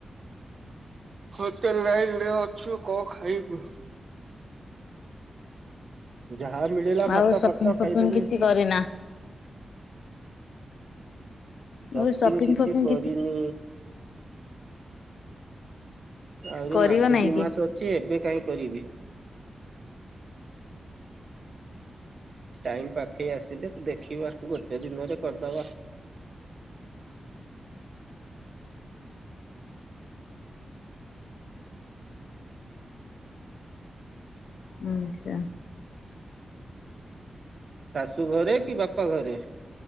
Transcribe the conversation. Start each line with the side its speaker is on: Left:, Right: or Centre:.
Right: ହୋଟେଲ ଲାଇନ ରେ ଅଛୁ କଣ ଖାଇବୁ। ଯାହା ମିଳିଲା ଭାତ
Left: ଆଉ ସପିଂ
Right: ଫାତ ଖାଇଦଉନୁ
Left: ପପିଂ କିଛି କରିନା?
Right: ସପିଂ
Left: ମୁଁ ସପିଙ୍ଗ
Right: କିଛି
Left: ଫପିଙ୍ଗ
Right: କରିନି। ଆହୁରି
Left: କରିବ
Right: ମାସେ
Left: ନାଇଁ
Right: ଦି
Left: କି?
Right: ମାସ ଅଛି ଏତେ କାହିଁ କରିବି। ଟାଇମ ପାଖେଇ ଆସିଲେ ଦେଖିବା ଗୋଟେ ଦିନରେ କରିଦବା।
Left: ଆଚ୍ଛା।
Right: ଶାଶୁ ଘରେ କି ବାପା ଘରେ?